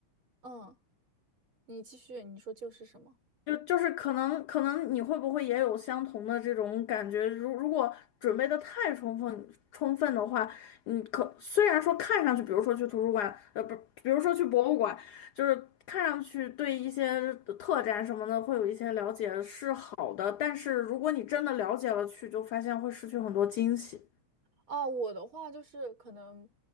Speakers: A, on the right; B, on the left.
A: 嗯，你继续，你说就是什么？
B: 就就是可能可能你会不会也有相同的这种感觉？如如果准备的太充分充分的话，你可虽然说看上去，比如说去图书馆，呃，不，比如说去博物馆，就是看上去对一些特展什么的会有一些了解是好的，但是如果你真的了解了去，就发现会失去很多惊喜。
A: 啊，我的话就是可能，